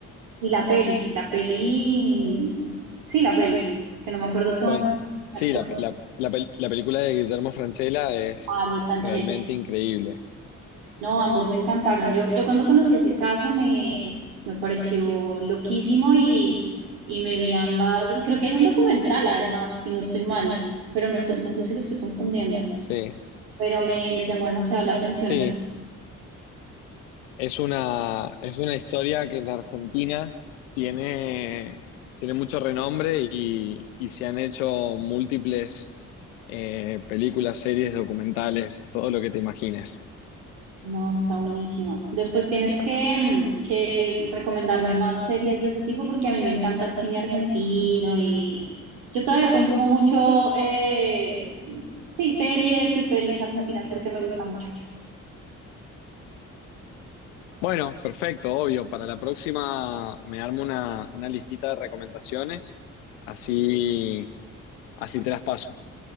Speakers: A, on the right; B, on the left.
A: Y la peli, la peli, sí, la peli, que no me acuerdo cómo
B: bueno,
A: exacto,
B: sí, la, la, la pel- la película de Guillermo Francella es
A: Harold Panchero.
B: realmente increíble.
A: No, ambos me encantaron. Yo, yo cuando conocí ese caso me, uf, me pareció loquísimo y, y me vi ambas. Y creo que hay un documental además, si no estoy mal, pero no sé, no sé si lo estoy confundiendo.
B: Sí,
A: Pero me, me llamó demasiado la atención.
B: sí. Es una, es una historia que en Argentina tiene, tiene mucho renombre y, y se han hecho múltiples eh, películas, series, documentales, todo lo que te imagines.
A: No, está buenísima. Después tienes que, mm, que recomendarme más series de ese tipo porque a mí me encanta el cine argentino y yo todavía consumo mucho, eh, sí, series y pelis argentinas porque me gusta mucho.
B: Bueno, perfecto, obvio. Para la próxima me armo una, una listita de recomendaciones, así, así te las paso.